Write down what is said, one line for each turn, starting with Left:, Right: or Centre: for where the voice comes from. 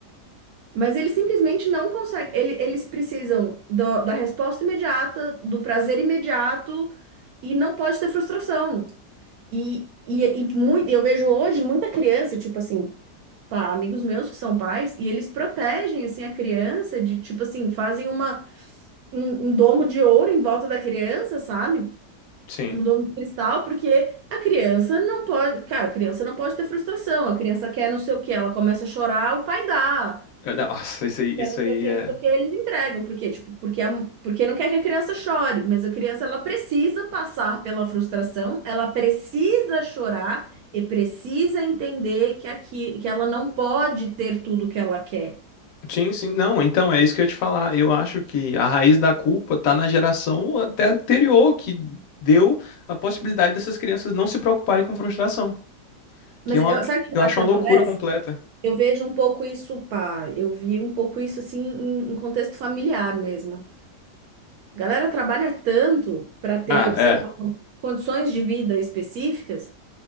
Right: mas eles simplesmente não conseguem. ele- eles precisam do- da resposta imediata, do prazer imediato e não pode ter frustração. E, e, e muito, eu vejo hoje muita criança, tipo assim, pá, amigos meus que são pais, e eles protegem assim a criança de tipo assim, fazem uma, um, um domo de ouro em volta da criança, sabe?
Left: sim.
Right: Um domo de cristal, porque a criança não pode, cara, a criança não pode ter frustração. A criança quer não sei o que, ela começa a chorar, o pai dá.
Left: Eh, não, <laughs> Nossa, isso aí,
Right: Quer
Left: isso
Right: não
Left: aí
Right: sei o que,
Left: é.
Right: não sei o que, eles entregam. Por quê? Tipo, porque, a, porque não quer que a criança chore, mas a criança ela precisa passar pela frustração, ela precisa chorar e precisa entender que aqui, que ela não pode ter tudo que ela quer.
Left: Sim, sim. Não, então é isso que eu ia te falar. Eu acho que a raiz da culpa tá na geração até anterior, que deu a possibilidade dessas crianças não se preocuparem com frustração.
Right: Mas
Left: Que é uma,
Right: eu-
Left: que
Right: sabe o que eu
Left: eu acho
Right: acho que
Left: uma
Right: acontece?
Left: loucura completa.
Right: Eu vejo um pouco isso, pá, eu vi um pouco isso assim em em contexto familiar mesmo. A galera trabalha tanto para ter,
Left: Ah,
Right: sei
Left: é.
Right: lá, con- condições de vida específicas